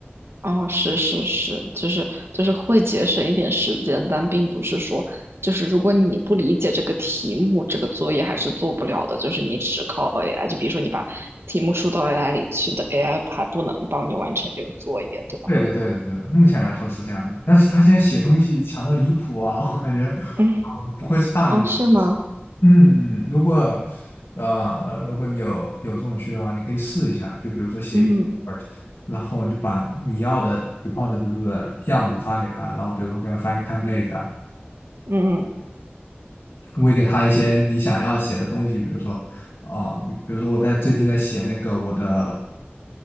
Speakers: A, on the right; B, on the left.
A: 哦，是是是，就是就是会节省一点时间，但并不是说，就是如果你不理解这个题目，这个作业还是做不了的。就是你只靠 AI，就比如说你把题目输到 AI 里去的，AI 还不能帮你完成这个作业，对吧？
B: 对的对的对的，目前来说是这样的。但是他现在写东西强的离谱啊，我感觉
A: 嗯，
B: 不会是大鱼。
A: 哦，是吗？
B: 嗯嗯，如果呃，如果你有有这种需要啊，你可以试一下，就比如说写一个。
A: 嗯
B: 然后你就把你要的 report 的这个样子发给他，然后比如说给他发一个 template，
A: 嗯嗯
B: 喂给他一些你想要写的东西，比如说，哦、你比如说我在最近在写那个我的